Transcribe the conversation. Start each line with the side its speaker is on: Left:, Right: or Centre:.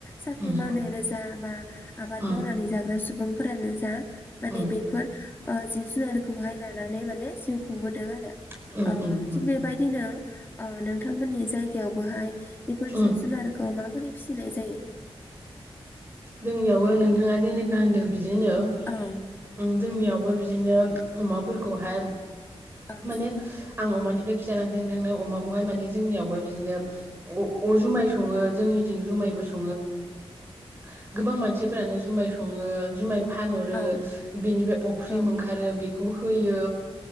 Left: साख्रि
Right: उम
Left: मावनायानो जा बा आबाद
Right: उम
Left: मावनानै जाग्रा सुबुं फोरानो जा माने
Right: उम
Left: बेफोर ओ जिब जुनारखौहाय लानानै माने जिउ खुंबोदों आरो
Right: उम
Left: ओ
Right: उम उम
Left: थिग बेबायदिनो ओ नोंथांमोननि जायगायावबोहाय बेफोर
Right: उम
Left: जिब जुनारखौ माबोरै फिसिनाय जायो
Right: जोंनियावबो नोंथाङा जेनेखा होनदों बिदिनो
Left: औ
Right: <unintelligible> जोंनियावबो बिदिनो अमाफोरखौहाय
Left: औ
Right: माने आं अमानिफ्राय खिथालांथों थांनो अमाखौहाय माने जोंनियावबो बिदिनो अ जुमाय सङो जोंनिथिं जुमायबो स <unintelligible> गोबां मानसिफोरानो जुमाइ सङो जुमाइ फानहरो
Left: औ
Right: बेनिफ्राय अफ्रिम
Left: औ
Right: ओंखारो बेखौ ग होयो।